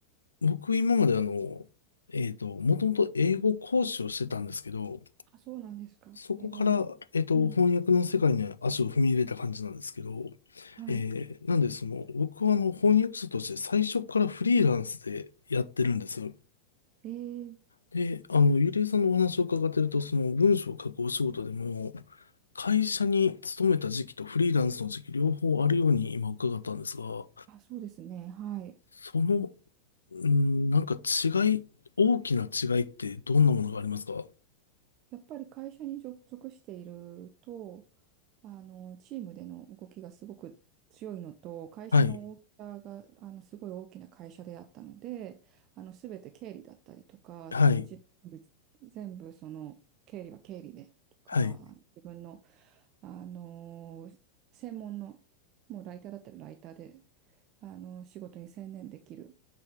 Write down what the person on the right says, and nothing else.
あ、そうなんですか。
英語に。
うん。
はい。
えー、
あ、そうですね。はい。
やっぱり会社に属していると、あの、チームでの動きがすごく強いのと、会社の大きさが、
あの、すごい大きな会社であったので、あの、すべて経理だったりとか、
その、じ全部、その、経理は経理でとか、
自分の、あの、専門の、もうライターだったらライターで、あの、仕事に専念できる。